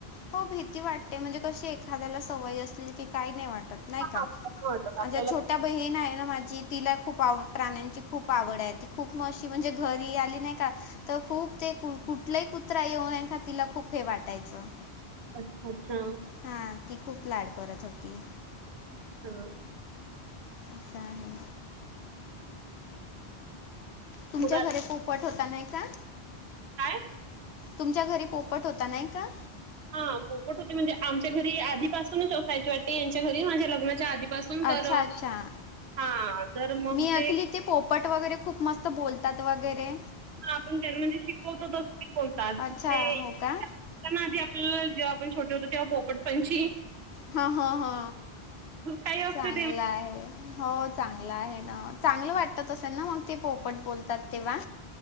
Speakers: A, on the left; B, on the right.
A: हो भीती वाटते म्हणजे कशी एखाद्याला सवय असली ती काही नाही वाटत. नाही
B: हां,
A: का
B: असं वाटत आपल्याला
A: ज्या छोट्या बहीण आहे ना माझी तिला खूप आव प्राण्यांची खूप आवड आहे ती खूप मशी म्हणजे घरी आली नाही का तर खूप ते कु कुठलाही कुत्रा येऊ नाही का तिला खूप हे वाटायचं.
B: अच्छा अच्छा.
A: हा ती खूप लाड करत होती.
B: हां.
A: असा आहे. तुमच्या
B: मग आता
A: घरे पोपट होता नाही का?
B: काय
A: तुमच्या घरी पोपट होता नाही का?
B: हा पोपट होते म्हणजे आमच्या घरी आधीपासूनच असायची वाटते यांच्या घरी माझ्या लग्नाच्या आधी पासून तर
A: अच्छा अच्छा
B: हा तर मंग
A: मी
B: ते
A: ऐकली ते पोपट वगैरे खूप मस्त बोलतात वगैरे.
B: हा आपण त्यांन म्हणजे शिकवतो तसं ही बोलतात
A: अच्छा
B: ते.
A: हो
B: <inaudible>
A: का
B: ताना आदी आपल्याला जेव्हा आपण होतो पोपट पंछी.
A: हा हा हा
B: काही असते
A: चांगला
B: ते
A: आहे. हो चांगला आहे ना चांगलं वाटतं असेल ना मग ते पोपट बोलतात तेव्हा.